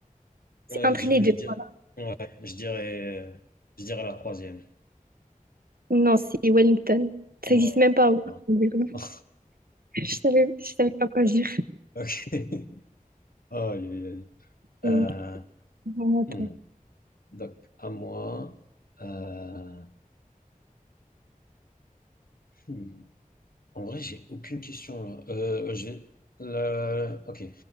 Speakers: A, on the right; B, on the left.
A: C'est
B: ouais,
A: entre
B: je,
A: les
B: je
A: deux.
B: dirais,
A: voilà.
B: je dirais, je dirais la troisième.
A: Non, c'est Wellington.
B: Oh
A: Ça existe
B: là
A: même
B: là.
A: pas. Wambérin.
B: Ok.
A: <laughs> Je savais, je savais pas quoi dire.
B: <laughs> Aïe, aïe, aïe.
A: C'est
B: Euh,
A: vraiment à
B: hmm.
A: toi.
B: Donc, à moi. Euh, hmm. En vrai, j'ai aucune question là. Euh, j'ai le... Ok.